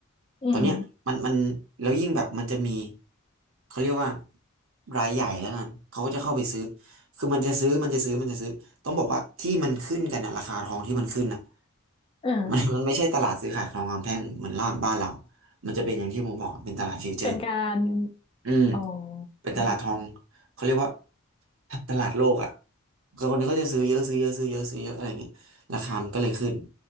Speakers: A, on the left; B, on the right.
A: อืม
B: ตอนเนี้ยมันมันแล้วยิ่งแบบมันจะมีเขาเรียกว่ารายใหญ่แล้วกันเขาก็จะเข้าไปซื้อคือมันจะซื้อมันจะซื้อมันจะซื้อต้องบอกว่าที่มันขึ้นกันนะราคาทองที่มันขึ้นน่ะ
A: เออ
B: <laughs> มันมันไม่ใช่ตลาดซื้อขายทองคำแท่งเหมือนล่านบ้านเรามันจะเป็นอย่างที่ผมบอกอะเป็นตลาดฟิวเจอร์
A: เป็นการ
B: อืม
A: อ๋อ
B: เป็นตลาดทอง
A: อ
B: เขาเรียกว่าตลาดโลกอ่ะก็คนก็จะซื้อเยอะซื้อเยอะซื้อเยอะซื้อเยอะอะไรอย่างนี้ราคามันก็เลยขึ้น